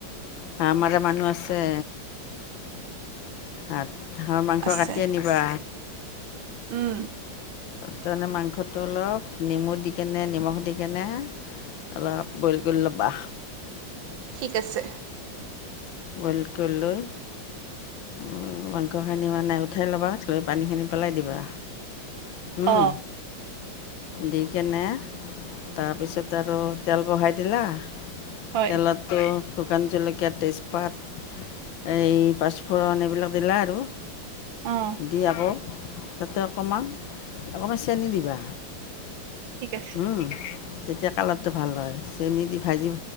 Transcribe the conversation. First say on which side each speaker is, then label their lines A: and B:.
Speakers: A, on the left; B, on the right.
A: হাঁহ মৰা মানুহ আছে। হাত হাঁহৰ মাংস
B: আছে
A: কাটি আনিবা।
B: উম
A: তাৰমানে মাংসটো অলপ নেমু দি কেনে নিমখ দি কেনে। অলপ বইল কৰি ল'বা।
B: ঠিক আছে।
A: বইল কৰি লৈ উম, মাংসখিনি মানে নাই উঠাই ল'বা লৈ পানীখিনি পেলাই দিবা। উম,
B: অ
A: দি কেনে। তাৰপিছত আৰু তেল বহাই দিলা।
B: হয়
A: তেলতো শুকান জলকীয়া তেজ পাত এই পাঁচপুৰণ এইবিলাক দিলা আৰু।
B: অঁ
A: দি আকৌ তাতে অকণমান অকণমান চেনি দিবা।
B: ঠিক আছে।
A: উম তেতিয়া কালাৰটো ভাল হয় চেনি দি ভাজি